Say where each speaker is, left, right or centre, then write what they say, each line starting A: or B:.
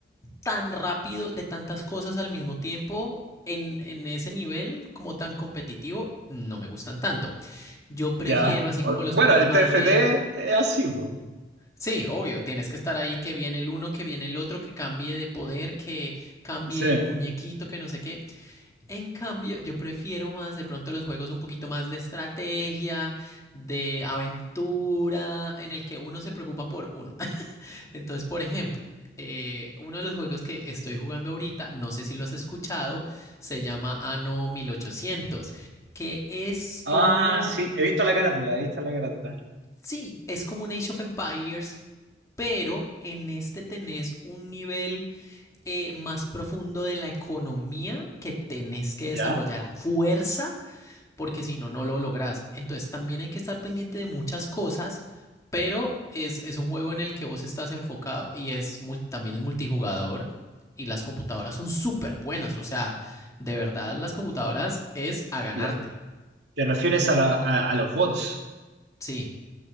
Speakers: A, on the left; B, on the right.
A: tan rápido de tantas cosas al mismo tiempo, en, en ese nivel como tan competitivo, no me gustan tanto. Yo prefiero
B: Ya.
A: así
B: O-
A: como los
B: Bueno,
A: juegos
B: el
A: más
B: TFT
A: de...
B: es así, po.
A: Sí, obvio, tienes que estar ahí, que viene el uno, que viene el otro, que cambie de poder, que cambie
B: Sí.
A: el muñequito, que no sé qué. En cambio, yo prefiero más de pronto los juegos un poquito más de estrategia, de aventura, en el que uno se preocupa por uno. <laughs> Entonces, por ejemplo, eh, uno de los juegos que estoy jugando ahorita, no sé si lo has escuchado, se llama Anno 1800, que es
B: Ah,
A: como
B: sí. He visto
A: un...
B: la carátula, he visto la carátula.
A: Sí, es como un Age of Empires, pero en este tenés un nivel eh, más profundo de la economía que tenés que desarrollar
B: Ya.
A: a fuerza, porque si no, no lo lográs. Entonces también hay que estar pendiente de muchas cosas, pero es, es un juego en el que vos estás enfocado y es también es multijugador y las computadoras son súper buenas, o sea, de verdad las computadoras es a ganarte,
B: Lo- te refieres a, la- a, a los bots.
A: sí,